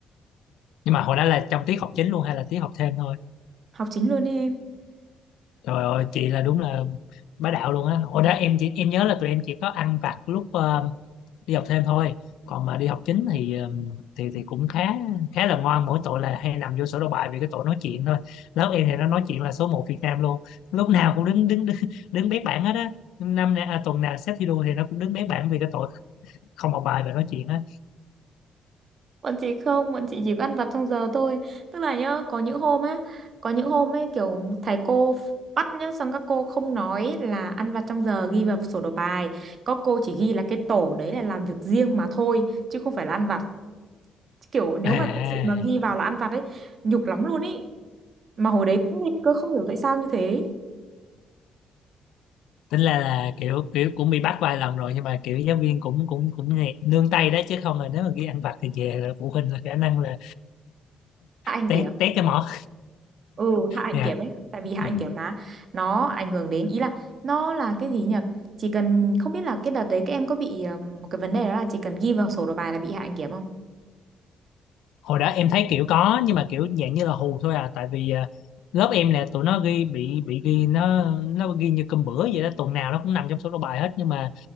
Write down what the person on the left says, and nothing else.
nhưng mà hồi đó là trong tiết học chính luôn hay là tiết học thêm thôi
trời ơi chị là đúng là bá đạo luôn á hồi đó em chỉ em nhớ là tụi em chỉ có ăn vặt lúc ờ, đi học thêm thôi còn mà đi học chính thì ờ, thì thì cũng khá khá là ngoan mỗi tội là hay nằm vô sổ đầu bài vì cái tội nói chuyện thôi lớp em thì nó nói chuyện là số một Việt Nam luôn lúc nào cũng đứng đứng đứng, đứng bét bảng hết á năm nay à, tuần nào xếp thi đua thì nó cũng đứng bét bảng vì cái tội không học bài và nói chuyện á
à,
tính là là kiểu kiểu cũng bị bắt vài lần rồi nhưng mà kiểu giáo viên cũng cũng cũng nhẹ- nương tay đó chứ không là nếu mà ghi ăn vặt thì về là phụ huynh là khả năng là
tét
tét cái mỏ
Dạ.
Ừ.
hồi đó em thấy kiểu có nhưng mà kiểu dạng như là hù thôi à tại vì à, lớp em là tụi nó ghi bị bị ghi nó nó ghi như cơm bữa vậy đó tuần nào nó cũng nằm trong số đầu bài hết nhưng mà